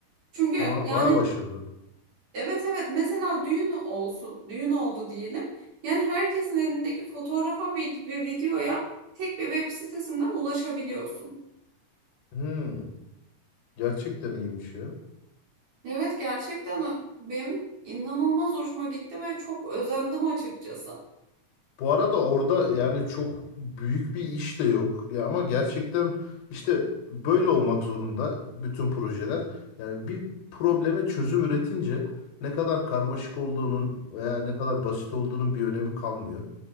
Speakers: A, on the right; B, on the left.
A: Çünkü
B: Aa,
A: yani
B: bayağı başarılı.
A: evet evet mesela düğün olsun düğün oldu diyelim. Yani herkesin elindeki fotoğrafa vid- ve videoya tek bir web sitesinden ulaşabiliyorsun.
B: hı Gerçekten iyiymiş ya.
A: Evet gerçekten benim inanılmaz hoşuma gitti ve çok özendim açıkçası.
B: Bu arada orada yani çok büyük bir iş de yok. Ya ama gerçekten işte böyle olmak zorunda bütün projeler. Yani bir probleme çözüm üretince ne kadar karmaşık olduğunun veya ne kadar basit olduğunun bir önemi kalmıyor.